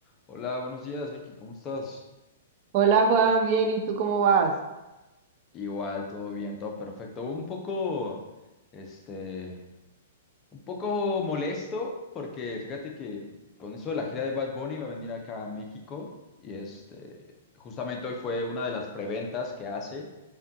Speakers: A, on the left; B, on the right.
A: Hola, buenos días, Vicky, ¿cómo estás?
B: Hola Juan, bien, ¿y tú cómo vas?
A: Igual, todo bien, todo perfecto. Un poco, este, un poco molesto porque fíjate que con eso de la gira de Bad Bunny va a venir acá a México y este, justamente hoy fue una de las preventas que hace.